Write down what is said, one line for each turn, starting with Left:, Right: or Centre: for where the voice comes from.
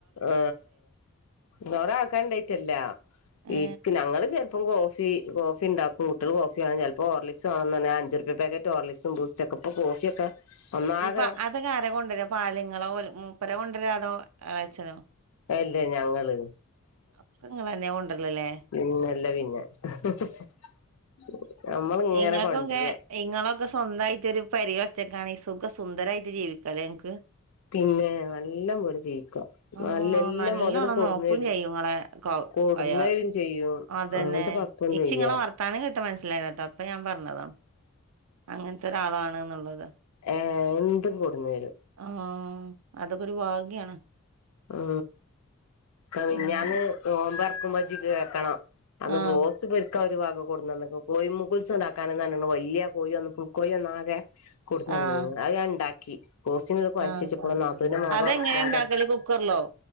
Left: ആ കുറേ ആൾക്കാരിണ്ടായിട്ടല്ല
Right: ഏ
Left: ഏക്ക് ഞങ്ങള് അപ്പം കോഫി കോഫി ഉണ്ടാക്കും കുട്ടികൾ കോഫി വേണം ചിലപ്പോ ഹോർലിക്സ് വേണോന്ന് പറഞ്ഞ ഞാൻ അഞ്ച് രൂപ്പിയ പാക്കറ്റ് ഹോർലിക്സും ബൂസ്ൻ്റോ ഇപ്പൊ കോഫിയൊക്കെ ഒന്നാകെ
Right: ഇപ അതക്കെ ആരാ കൊണ്ടുവരാ പാലിങ്ങളാ ഓല് മൂപ്പര കൊണ്ടുവരാ അതോ ആയച്ചതോ
Left: അല്ലേ ഞങ്ങള്
Right: ഒക്കെ നിങ്ങളെന്നെയാ കൊണ്ടുവരലല്ലേ
Left: പിന്നല്ല പിന്നെ <unintelligible>
Right: നിങ്ങൾക്കു
Left: കൊണ്ടുവരാ
Right: ഇങ്ങനെ നിങ്ങളൊക്കെ സ്വന്തമായിട്ടൊരു പരികവെച്ചെക്കാ സുഖ സുന്ദരായിട്ട് ജീവിക്കാല്ലേ ങ്ങക്ക്
Left: പിന്നെ നല്ല പോലെ ജീവിക്കാം
Right: ആഹ്
Left: നല്ല എല്ലാം
Right: നല്ലോണം
Left: മുതലും കൊടുന്ന്
Right: നോക്കും
Left: തരും
Right: ചെയ്യും ഇങ്ങളെ കൗ
Left: കൊടുന്നേരും
Right: അയാൾ
Left: ചെയ്യും
Right: അതന്നെ
Left: അങ്ങനത്തെ കൊഴപ്പൊന്നുംല്ല
Right: എച്ചിങ്ങളെ വർത്താനം കേട്ട് മനസ്സിലായതാ കേട്ടോ അപ്പൊ ഞാൻ പറഞ്ഞതാ അങ്ങനത്തെ ഒരാളാണ് എന്നുള്ളത്
Left: ഏ എന്തും കൊടുന്ന് തരും
Right: ആ അതൊക്കെ ഒരു ഭാഗ്യാണ്
Left: മ് അ
Right: പിന്നെ
Left: മിനിഞ്ഞാന്ന് നോമ്പ് തുറക്കുമ്പോ ജ്ജ് കേക്കണം അന്ന്
Right: ആഹ്
Left: ബോസ്റ്റ് പെരു ഇക്ക ഒരു വക കൊട്ടുന്നു തന്നേകുന്നു കോയി മുകുൾസ് ഉണ്ടാക്കാനാ ന്നാണു വലിയ കോഴിയന്ന കുക്കോഴിയാന്നാ കെ കൊടുന്നന്ന്
Right: ആഹ്
Left: നിങ്ങ അത് ഞാൻ ഉണ്ടാക്കി കോസ്റ്റിങ്ങിളിപ്പോ
Right: ആഹ്
Left: അഴിച്ച് വെച്ചേക്കണ് നാത്തുന്റെ മോഗ
Right: അതെങ്ങനെ
Left: മോൻ്റെ
Right: ഇണ്ടാക്കല് കുക്കറിലോ?